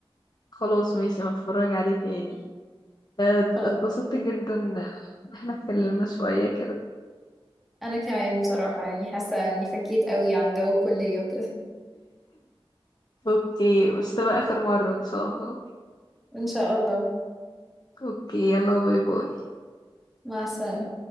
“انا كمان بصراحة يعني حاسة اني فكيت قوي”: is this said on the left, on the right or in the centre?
Centre